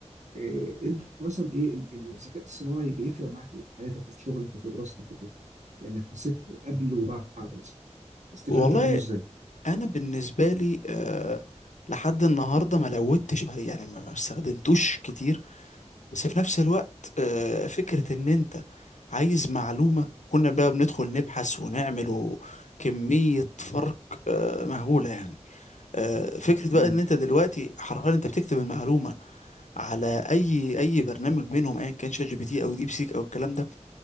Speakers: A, on the right; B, on the left.
A: إيه انت مثلا ايه ال- ال- الذكاء الصناعي بيفرق معاك ايه في حياتك وفي شغلك وفي دراستك وكده يعني حسيت قبل وبعد مثلا استفادتك
B: والله
A: منه ازاي
B: انا بالنسبه لي أه لحد النهارده ما لودتش عليه يعني ما ما استخدمتوش كتير بس في نفس الوقت أه فكره ان انت عايز معلومه كنا بقى بندخل نبحث ونعمل و- كميه فرق أه مهوله يعني أه فكره
A: امم
B: بقى ان انت دلوقتي حرفيا انت بتكتب المعلومه على اي اي برنامج منهم ايا كان شات جي بي تي او ديب سيك او الكلام ده